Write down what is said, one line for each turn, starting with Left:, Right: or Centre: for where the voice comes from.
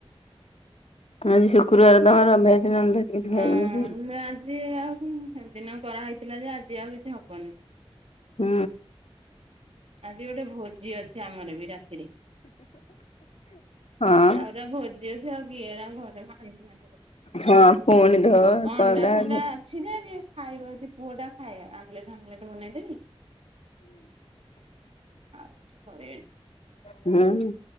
Left: ଆଜି ଶୁକ୍ରବାର ତମର ଭେଜ ନନ ଭେଜ କିଛି
Right: ହଁ
Left: ଖାଇବନି କି?
Right: ଆଜି ଆଉ ସେଦିନ କରାହେଇଥିଲା ଯେ ଆଜି ଆଉ କିଛି ହବନି।
Left: ହୁଁ।
Right: ଆଜି ଗୋଟେ ଭୋଜି ଅଛି ଆମର ବି ରାତ ଆହୁରି
Left: ହଁ
Right: ପା ଭୋଜି ଅଛି ଆଉ କିଏ ଏରା ଘରେ
Left: ହଁ ପୁଣି ଧୋ
Right: ଅଣ୍ଡା
Left: ପରଦା
Right: ଫଣ୍ଡା
Left: ହୁଁ
Right: ଅଛି ଯେ ଯ ଖାଇବ ଯଦି ପୁଅ ଖାଏ ଆମ୍ଲେଟ ହାମଲେଟ ବନେଇଦେବି ଆଉ କିଛି କରିବିନି।
Left: ହୁଁ।